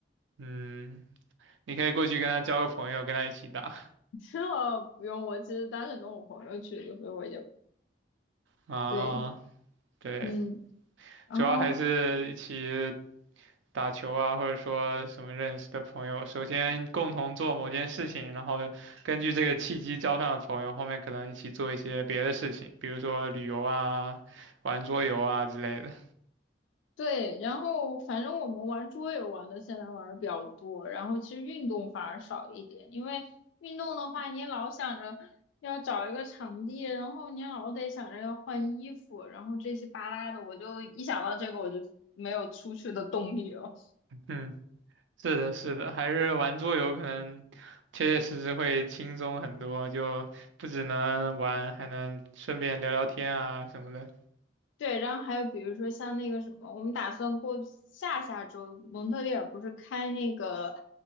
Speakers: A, on the right; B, on the left.
A: 嗯，你可以过去跟他交个朋友，跟他一起打
B: <laughs> 然后不用我，其实当时跟我朋友去的，所以我就
A: 啊。
B: 对，
A: 对，
B: 嗯，然后
A: 主要还是一起打球啊，或者说什么认识的朋友，首先共同做某件事情，然后根据这个契机交上的朋友，后面可能一起做一些别的事情，比如说旅游啊、玩桌游啊之类的。
B: 对，然后反正我们玩桌游玩的现在玩的比较多，然后其实运动反而少一点，因为运动的话，你老想着要找一个场地，然后你老得想着要换衣服，然后这些巴拉的，我就一想到这个我就没有出去的动力了。
A: 嗯，是的，是的，还是玩桌游可能切切实实会轻松很多，就不只能玩，还能顺便聊聊天啊什么的。
B: <laughs> 对，然后还有比如说像那个什么，我们打算过下下周蒙特利尔不是开那个